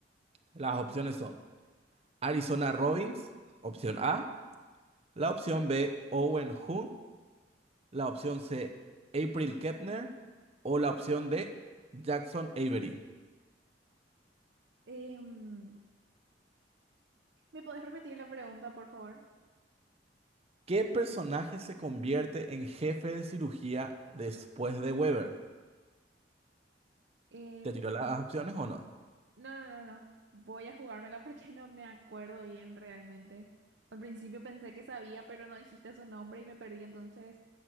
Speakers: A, on the right (about 35°); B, on the right (about 75°).
A: Las opciones son Arizona Robbins, opción A, la opción B, Owen Hun, la opción C, April Kepner o la opción D, Jackson Avery.
B: Em, ¿me podés repetir la pregunta, por favor?
A: ¿Qué personaje se convierte en jefe de cirugía después de Weber?
B: Em,
A: ¿Te tiró las opciones o no?
B: no, no, no, no. Voy a jugármela porque <laughs> no me acuerdo bien realmente. Al principio pensé que sabía, pero no dijiste su nombre y me perdí, entonces